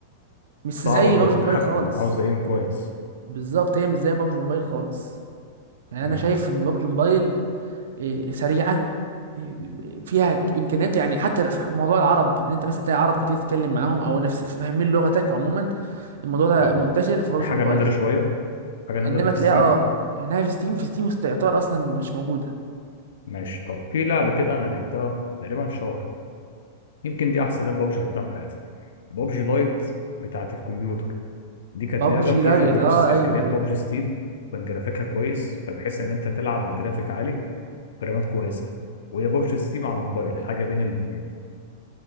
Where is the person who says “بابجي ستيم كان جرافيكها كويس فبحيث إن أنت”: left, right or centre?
Left